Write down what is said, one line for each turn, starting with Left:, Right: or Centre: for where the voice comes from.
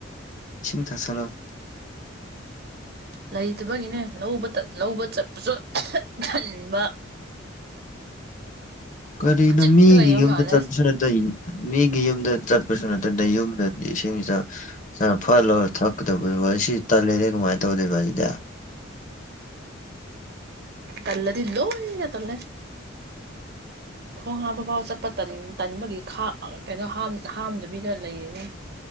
Left: ꯏꯁꯤꯡ ꯊꯛꯆꯜꯂꯣ꯫
Right: ꯂꯩꯇꯕꯒꯤꯅꯦ ꯂꯧꯕꯇꯠ-ꯂꯧꯕ ꯆꯠꯄꯁꯨ ꯇꯟꯕ
Left: ꯀꯔꯤꯅꯣ
Right: ꯈꯖꯤꯛꯇ
Left: ꯃꯤꯒꯤ
Right: ꯂꯩꯕ
Left: ꯌꯨꯝꯗ
Right: ꯃꯥꯜꯂꯦ
Left: ꯆꯠꯄꯁꯨ ꯅꯠ ꯇꯩꯅꯨ ꯃꯤꯒꯤ ꯌꯨꯝꯗ ꯆꯠꯄꯁꯨ ꯅꯠꯇ ꯗꯌꯨꯝꯗ ꯏꯁꯤꯡ-ꯏꯆꯥꯎ‌ꯆꯥꯟꯅ ꯐꯠꯂꯧꯔꯒ ꯊꯛꯀꯗꯕ ꯑꯗꯨꯒ ꯑꯁꯤ ꯇꯜꯂ‌ꯦꯔꯦ ꯀꯥꯃꯥꯏ ꯇꯧꯗꯣꯏꯕ ꯑꯗꯨꯗꯤ
Right: ꯇꯜꯂꯗꯤ ꯂꯣꯏꯅ ꯇꯜꯂꯦ꯫ ꯈꯣꯡ ꯍꯥꯝꯕ ꯐꯥꯎ ꯆꯠꯄ ꯇꯟ-ꯇꯟꯕꯒꯤ ꯈꯥꯛ ꯀꯩꯅꯣ ꯍꯥꯝ-ꯍꯥꯝꯗꯕꯤꯗ ꯂꯩꯔꯤꯅꯤ꯫